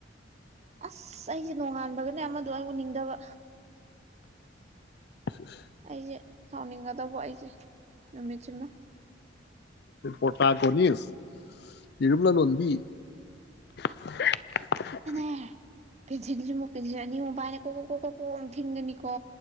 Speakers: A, on the right (about 35°); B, on the left (about 60°).
A: ꯑꯁ ꯑꯩꯁꯦ ꯅꯣꯡꯉꯥꯟꯕꯒꯅꯦ ꯑꯃꯗꯣ ꯑꯩ ꯎꯅꯤꯡꯗꯕ
B: <inaudible>
A: ꯑꯩꯖꯦ ꯁꯥꯎꯅꯤꯡꯒꯗꯧꯕ ꯑꯩꯖꯦ ꯅꯨꯃꯤꯠꯁꯤꯃ
B: ꯍꯦ ꯄ꯭ꯔꯣꯇꯥꯒꯣꯅꯤꯁ ꯌꯦꯔꯨꯝ ꯂꯂꯣꯟꯕꯤ <unintelligible>
A: ꯑꯦ ꯄꯤꯟꯁꯤꯜꯖꯦꯃꯨꯛ ꯄꯦꯟꯁꯤꯜ ꯑꯅꯤꯃꯨꯛ ꯄꯥꯏꯔ ꯀꯣꯛ ꯀꯣꯛ ꯀꯣꯛ ꯀꯣꯛ ꯀꯣꯛ ꯑꯃꯨꯛ ꯊꯤꯟꯒꯅꯤ ꯀꯣ